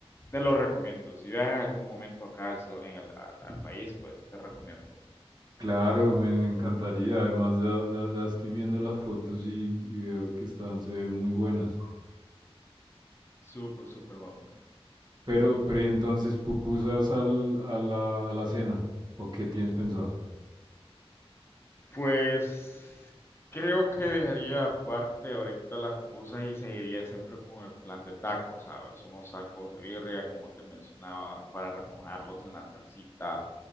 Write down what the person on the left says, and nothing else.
te lo recomiendo. Si viajas algún momento acá al, salo- en el- al, al país, pues te recomiendo.
Súper, súper bueno.
Pues creo que dejaría aparte ahorita las pupusas y seguiría siempre con el plan de tacos, ¿sabes? Unos tacos de birria, como te mencionaba, para remojarlos en la salsita,